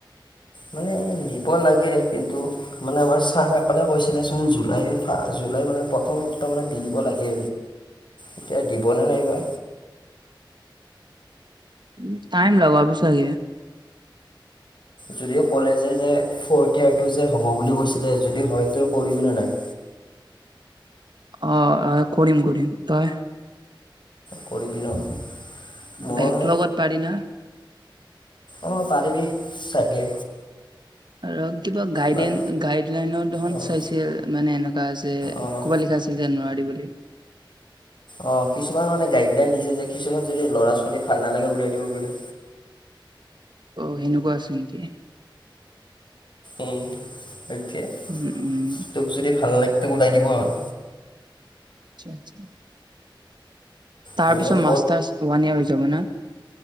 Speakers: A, on the left (about 65°); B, on the right (about 60°).
A: মানে নিব লাগে, কিন্তু মানে আমাৰ ছাৰসকলে কৈছিলে চোন জুলাই ফা জুলাই। মানে প্ৰথমপ্তাহ মানে দি দিব লাগে। এতিয়া দিবনে নাইবা?
B: উম টাইম লগাব চাগে।
A: যদিও কলে যে যে ফৰ্ত। এতিয়টো যে হ'ব বুলি কৈছিলে যদি হয়তো কৰিবি নে নাই?
B: অ আহ কৰিম কৰিম, তই?
A: কৰি বি ন? মই
B: বেগ লগত পাৰি না?
A: অ পাৰিবি চাগে।
B: আৰু। কিবা গাইডন
A: বাট
B: গাইড লাইনৰ দেখোন
A: অঁ
B: চাইছিল মানে এনেকুৱা যে
A: অঁ
B: ক'বাত লিখা আছিল যে নোৱাৰ দ বুলি। তেই।
A: অ কিছুমান মানে গাইডলাইন দিছে যে কিছুমান যদি ল'ৰা ছোৱালী। ছলি ভাল নালাগে ওলাই দিব বোলে।
B: অ সেনেকুৱা আছে নেকি?
A: উম সতিয়া
B: উম উম
A: তোক যদি ভাল লাগে। ওলাই দিব আৰু।
B: আচ্ছা আচ্ছা। তাৰ
A: মই এইবাৰ
B: পিছত মাষ্টাৰ্ছ ওৱান ইয়েৰ হৈ যাব না?